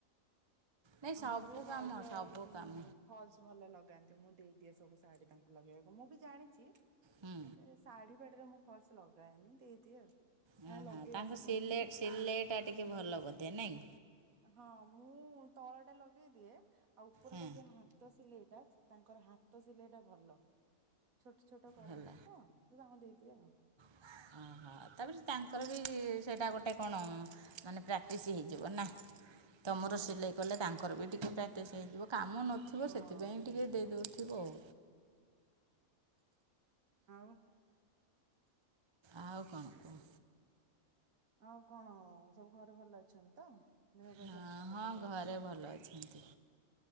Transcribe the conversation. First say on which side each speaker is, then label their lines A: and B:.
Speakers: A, on the right; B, on the right.
A: ନାଇଁ
B: ଆମର
A: ସବୁ
B: ବି ଭାଉଜ
A: କାମ ସବୁ
B: ଉଁ
A: କାମ
B: ଫଲସ ଭଲ ଲଗାନ୍ତି ମୁଁ ଦେଇଦିଏ ସବୁ ଶାଢୀ ତାଙ୍କୁ ଲଗେଇବାକୁ ମୁଁ ବି ଜାଣିଛି ହେଲେ
A: ହୁଁ।
B: ଶାଢୀ ପାଢିରେ ମୁଁ ଫଲସ ଲଗାଏନି ଦେଇଦିଏ ଆଉ
A: ହଁ
B: ଲଗେଇ
A: ହଁ ତାଙ୍କ
B: ଆସେନି
A: ସିଲେଇ
B: ନା।
A: ସିଲେଇଟା ଟିକେ ଭଲ ବୋଧେ ନାଇଁ?
B: ହଁ ମୁଁ ତଳଟା ଲଗେଇ ଦିଏ ଆଉ ଉପରଟା
A: ହଁ
B: ଯୋଉ ହା ହାତ ସିଲେଇଟା ତାଙ୍କର ହାତ ସିଲେଇଟା ଭଲ। ଛୋଟ ଛୋଟ କରନ୍ତି
A: ଭଲ।
B: ତ ତାଙ୍କୁ ଦେଇଦିଏ ଆଉ
A: ହଁ। ହଁ ତାପରେ ତାଙ୍କର ବି ସେଇଟା ଗୋଟେ କଣ ମାନେ ପ୍ରାକ୍ଟିସ୍ ହେଇଯିବ ନା? ତମର
B: ହଁ
A: ସିଲେଇ କଲେ ତାଙ୍କର ବି ଟିକିେ ପ୍ରାକ୍ଟିସ୍ ହେଇଯିବ କାମ ନଥିବ
B: ହଁ
A: ସେଥିପାଇଁ
B: ହେଇଯିବ
A: ଟିକେ ଦେଇଦଉ ଥିବ ଆଉ
B: ଆଉ
A: ଆଉ କଣ କୁହ?
B: ଆଉ କଣ ସବୁ ଘରେ ଭଲ ଅଛନ୍ତି ତ? ଦେହ ପାହା
A: ହଁ
B: ସମସ୍ତଙ୍କର
A: ହଁ
B: ଭଲ
A: ଘରେ
B: ଅଛି?
A: ଭଲ ଅଛନ୍ତି।